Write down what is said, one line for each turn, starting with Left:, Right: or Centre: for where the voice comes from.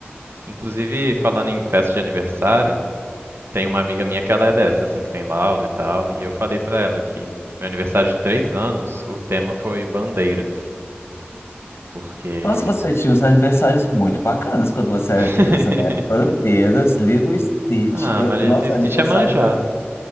Right: Inclusive, falando em festa de aniversário, tem uma amiga minha que ela é dessa, assim, que tem laudo e tal, e eu falei pra ela que meu aniversário de três anos, o tema foi bandeiras, porque...
Left: Nossa, você tinha uns aniversários muito bacanas quando você era
Right: <laughs>
Left: criança, né? Bandeiras, Lilo e Stitch.
Right: Ah,
Left: Eu-
Right: Marilith
Left: nossa, aniversário
Right: tinha manjado.
Left: também.